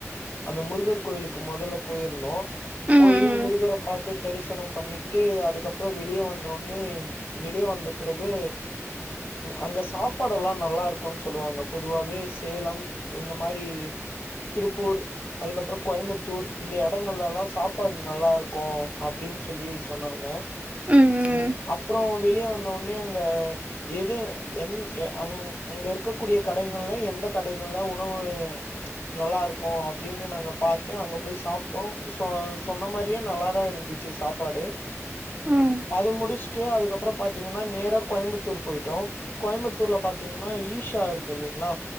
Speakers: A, on the left; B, on the right.
A: அந்த முருகர் கோயிலுக்கு முதல்ல போயிருந்தோம்
B: ம்
A: போய்
B: ம்
A: முருகர பார்த் தரிசனம் பண்ணிட்டு அதுக்கப்பற வெளியே வந்தோன்னே வெளியே வந்த பிறகு அங்க சாப்பாடு எல்லா நல்லா இருக்கோன்னு சொல்லுவாங்க பொதுவாவே சேலம் இந்த மாரி திருப்பூர் அதுக்கப்பற கோயம்புத்தூர் இந்த இடங்கள் எல்லா சாப்பாடு நல்லா இருக்கோ அப்படின்னு சொல்லி சொன்னாங்க
B: ம் ம்
A: உம் அப்பற வெளியே வந்தவுடனே அங்க எது எ அங அங்க இருக்கக்கூடிய கடைகள்ல எந்த கடைகள்ல உணவு நல்லா இருக்கோ அப்படின்னு நாங்க பார்த்து அங்க போய் சாப்பிட்டோம் சோ சொன்ன மாரியே நல்லாதான் இருந்து ச்சி சாப்பாடு
B: ம்
A: அது முடிச்சுட்டு அதுக்கப் அப்ற பாத்தீன்னா நேர கோயம்பத் ர் போயிட்டோ கோயம்பத்தூர்ல பாத்தீங்கன்னா ஈஷா இருக் இல்லைங்களா